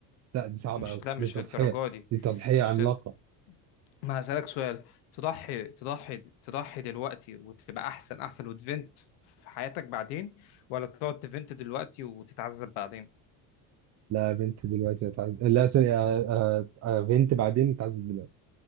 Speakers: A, on the right (about 40°); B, on the left (about 75°).
A: لا دي صعبة
B: مش
A: أوي
B: لا مش
A: دي تضحية
B: للدرجه دي
A: دي تضحية
B: مش
A: عملاقة
B: لد- ما هسألك سؤال تضحي تضحي تضحي دلوقتي وتبقى احسن احسن وتفنت في حياتك بعدين ولا تقعد تفنت دلوقتي وتتعذب بعدين
A: لا بنت دلوقتي هتعز لا سوري آه، آه، آه، بنت بعدين هتعز دلوقتي